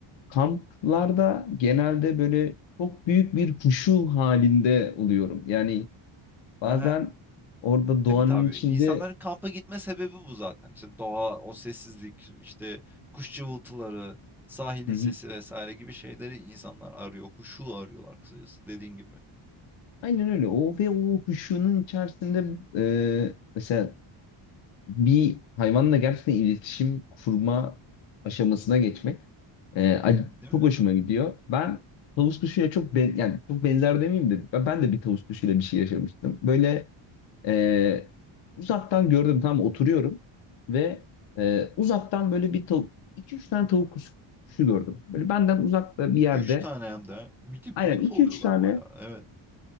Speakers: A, on the left; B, in the centre.
A: kamplarda genelde böyle çok büyük bir huşu halinde oluyorum. Yani bazen
B: Aha.
A: orada doğanın
B: Evet abi,
A: içinde
B: insanların kampa gitme sebebi bu zaten. İşte doğa, o sessizlik, işte kuş cıvıltıları, sahilin
A: Hı
B: sesi
A: hı.
B: vesaire gibi şeyleri insanlar arıyor. Huşu arıyorlar kısacası dediğin gibi.
A: aynen öyle. O ve o huşunun içerisinde e, mesela bir hayvanla gerçekten iletişim kurma aşamasına geçmek e, ac-
B: Değil
A: çok
B: mi?
A: hoşuma gidiyor. Ben tavus kuşuyla çok ben, yani çok benzer demeyeyim de ben ben de bir tavus kuşuyla bir şey yaşamıştım. Böyle Ee, uzaktan gördüm tam oturuyorum ve e, uzaktan böyle bir tavuk, 2-3 tane tavuk kuşu, kuşu gördüm. Böyle benden uzakta
B: 2
A: bir yerde
B: üç tane hem de. Bir de
A: aynen
B: büyük
A: iki
B: oluyorlar
A: üç tane
B: bayağı. Evet.